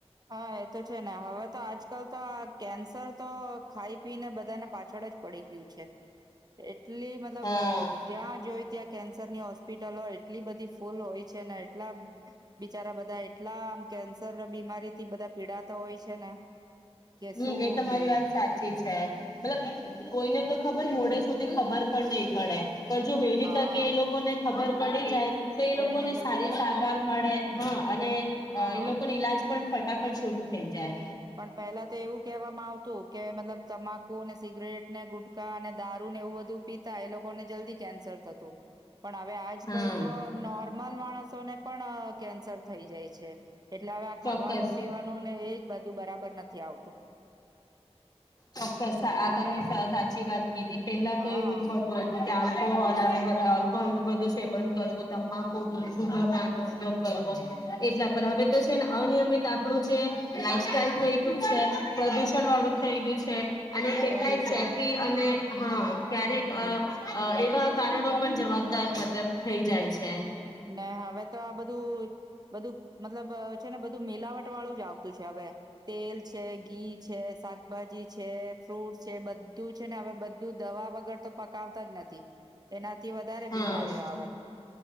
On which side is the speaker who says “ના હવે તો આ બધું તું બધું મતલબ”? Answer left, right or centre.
Right